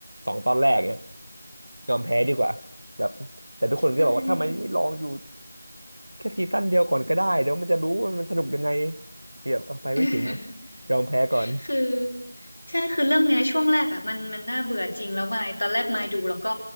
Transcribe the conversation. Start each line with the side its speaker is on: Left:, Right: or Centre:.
Right: สองตอนแรกเนี่ยยอมแพ้ดีกว่าแบบแต่ทุกคนก็บอกว่าทำไมไม่ลองอยู่
Left: ใช่
Right: แค่ซีซั่นเดียวก่อนก็ได้เดี๋ยวมันจะรู้ว่ามันสนุกยังไงเดี๋ยวเอาไปไม่ถึงอะ
Left: <laughs>
Right: ยอมแพ้ก่อน
Left: คือใช่คือเรื่องเนี้ยช่วงแรกอ่ะมันมันน่าเบื่อจริงแล้วมายตอนแรกมายดูแล้วก็